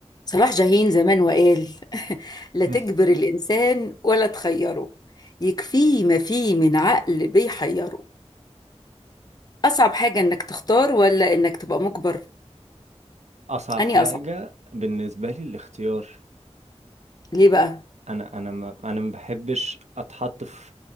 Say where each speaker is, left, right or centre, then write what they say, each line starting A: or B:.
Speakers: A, on the left; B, on the right.
A: صلاح جاهين زمان وقال <laughs> لا
B: <laughs>
A: تجبر الإنسان ولا تخيره يكفيه ما فيه من عقل بيحيره أصعب حاجة إنك تختار ولا إنك تبقى مجبر
B: اصعب
A: أني
B: حاجه
A: أصعب
B: بالنسبه لي الاختيار
A: ليه بقى؟
B: انا انا ما انا ما بحبش اتحط في